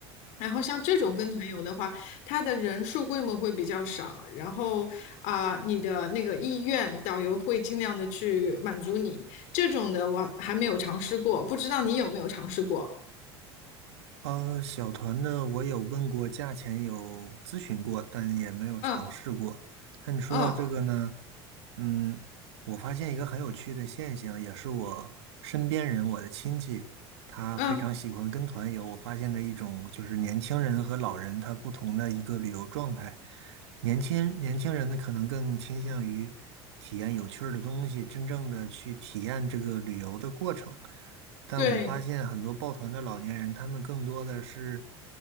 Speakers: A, on the left; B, on the right.
A: 然后像这种跟团游的话，它的人数规模会比较少，然后啊、你的那个意愿，导游会尽量的去满足你。这种的我还没有尝试过，不知道你有没有尝试过？
B: 呃，小团的我有问过价钱，有咨询过，但也没有尝试过。
A: 嗯
B: 但你说到这个呢，
A: 嗯
B: 嗯，我发现一个很有趣的现象，也是我身边人，我的亲戚，他非常喜欢跟团游。
A: 嗯，
B: 我发现的一种就是年轻人和老人他不同的一个旅游状态。年轻年轻人呢，可能更倾向于体验有趣儿的东西，真正的去体验这个旅游的过程。但我发现很多抱团的老年人，
A: 对，
B: 他们更多的是，